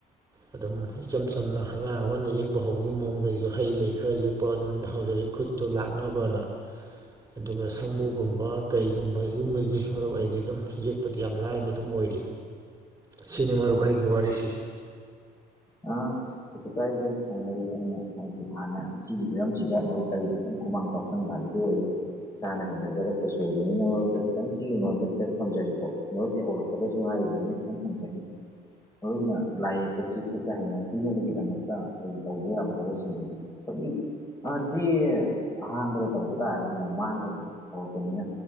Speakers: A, on the right; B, on the left.
A: ꯑꯗꯨꯝ ꯏꯆꯝ ꯆꯝꯅ ꯑꯉꯥꯡ ꯑꯃꯅ ꯌꯦꯛꯄ ꯍꯧꯕꯒꯤ ꯃꯑꯣꯡꯗꯁꯨ ꯍꯩ ꯂꯩ ꯈꯔ ꯌꯦꯛꯄ ꯑꯗꯨꯝ ꯍꯧꯖꯔꯛ ꯑꯗꯩ ꯈꯨꯠꯇꯨ ꯂꯥꯡꯅꯕꯅ
B: <inaudible>
A: ꯑꯗꯨꯒ ꯁꯥꯃꯨꯒꯨꯝꯕ ꯀꯩꯒꯨꯝꯕ ꯁꯤꯒꯨꯝꯕꯁꯤꯗꯤ ꯃꯔꯨꯞ ꯑꯩꯗꯤ ꯑꯗꯨꯝ ꯌꯦꯛꯄꯗꯤ ꯌꯥꯝ ꯂꯥꯏꯅ ꯑꯗꯨꯝ ꯑꯣꯏꯔꯤ
B: <inaudible>
A: ꯁꯤꯅꯤ ꯃꯔꯨꯞ ꯑꯩꯒꯤ ꯋꯥꯔꯤꯁꯤ
B: ꯎ <unintelligible> ꯑ ꯀꯩꯁꯨ ꯀꯥꯏꯗꯦ ꯍꫭꯏ ꯃꯔꯞ ꯑꯩꯅ ꯍꯥꯏꯗꯤ ꯍꯥꯟꯅ ꯁꯤꯒꯤ ꯐꯤꯕꯝꯁꯤꯗ ꯃꯔꯨꯨꯞꯇꯒꯤ ꯈꯤꯇꯪ ꯁꯪ ꯈꯨꯃꯥꯡ ꯆꯥꯎꯁꯟꯕ ꯍꯥꯏꯕꯗꯨ ꯑꯣꯏꯌꯦ ꯏꯁꯥꯅ ꯍꯩꯅꯖꯔꯛꯄꯁꯨ ꯑꯣꯏꯕꯅꯤꯅ ꯃꯔꯨꯞꯛꯇ ꯈꯤꯇꯪ ꯁꯤꯒꯤ ꯃꯔꯝꯗ ꯈꯤꯇꯪ ꯊꯝꯖꯒꯦ ꯃꯔꯨꯞꯇꯤ ꯍꯧꯔꯛꯄꯗꯁꯨꯉꯥꯏ ꯅꯤꯅ ꯈꯤꯇꯪ ꯊꯝꯖꯒꯦ ꯃꯔꯞꯅ ꯂꯥꯏ ꯌꯦꯛꯄ ꯑꯁꯤ ꯈꯨꯠꯇ ꯍꯩꯅꯕꯤꯅꯕꯒꯤꯗꯃꯛꯇ ꯑꯩꯈꯣꯏꯒꯤ ꯇꯧꯕ ꯌꯥꯕ ꯊꯕꯛꯁꯤꯡꯗꯨꯅꯤ ꯑꯩꯈꯣꯏꯒꯤ ꯑ ꯁꯤ ꯑꯍꯥꯡꯕꯗ ꯇꯧꯕ ꯇꯥꯔꯒꯗꯤ ꯌꯥꯝ ꯃꯥꯡꯒꯅꯤ ꯍꯧꯔꯛꯄꯅꯤꯅ